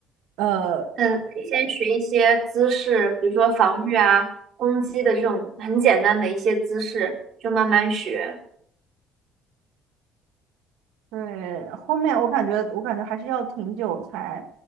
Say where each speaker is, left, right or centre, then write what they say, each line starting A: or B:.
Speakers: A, on the right; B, on the right.
A: 呃，
B: 嗯，可以先学一些姿势，比如说防御啊、攻击的这种很简单的一些姿势，就慢慢学。
A: 对，后面我感觉，我感觉还是要挺久才